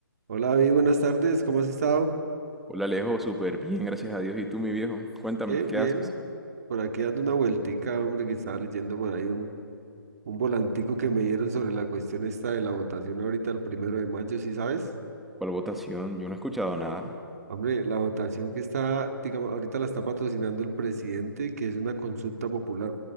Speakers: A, on the right (about 45°); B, in the centre.
A: Hola, David, buenas tardes, ¿cómo has estado?
B: Hola Alejo, súper bien, gracias a Dios. ¿Y tú, mi viejo? Cuéntame,
A: Bien,
B: ¿qué
A: bien.
B: haces?
A: Por aquí dando una vueltica, hombre, que estaba leyendo por ahí un, un volantico que me dieron sobre la cuestión esta de la votación ahorita el primero de mayo, ¿sí sabes?
B: ¿Cuál votación? Yo no he escuchado nada.
A: Hombre, la votación que está, digamos, ahorita la está patrocinando el presidente, que es una consulta popular,